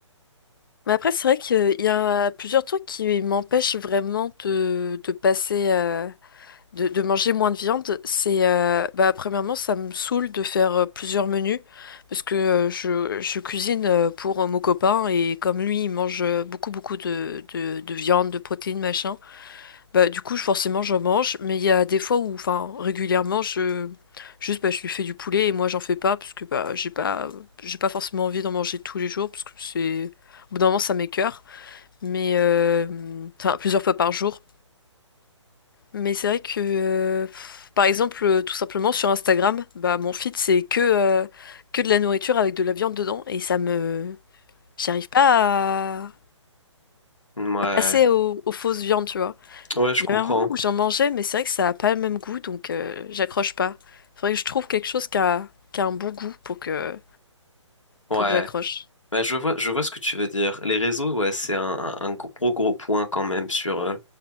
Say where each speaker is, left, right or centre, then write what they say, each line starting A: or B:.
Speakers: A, on the left; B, on the left.
A: Mais après, c'est vrai qu'il y a plusieurs trucs qui m'empêchent vraiment de, de passer, euh, de, de manger moins de viande. C'est, euh, bah, premièrement, ça me saoule de faire euh, plusieurs menus parce que euh, je, je cuisine euh, pour euh, mon copain et comme lui, il mange euh, beaucoup, beaucoup de, de, de viande, de protéines, machin. Bah, du coup, je- forcément, j'en mange, mais il y a des fois où, enfin, régulièrement, je, juste, bah, je lui fais du poulet et moi, j'en fais pas parce que, bah, j'ai pas, j'ai pas forcément envie d'en manger tous les jours parce que c'est, au bout d'un moment, ça m'écœure mais euh, enfin plusieurs fois par jour. Mais c'est vrai que, euh, pff, par exemple, euh, tout simplement sur Instagram, bah mon feed c'est que euh, que de la nourriture avec de la viande dedans et ça me, j'arrive pas à,
B: Ouais,
A: à passer aux, aux fausses viandes, tu vois.
B: ouais, je
A: Il
B: comprends.
A: y avait un moment où j'en mangeais, mais c'est vrai que ça a pas le même goût, donc euh, j'accroche pas. Faudrait que je trouve quelque chose qui a, qui a un bon goût pour que
B: Ouais,
A: pour que j'accroche.
B: bah, je vois, je vois ce que tu veux dire. Les réseaux, ouais, c'est un, un gros gros point quand même sur euh,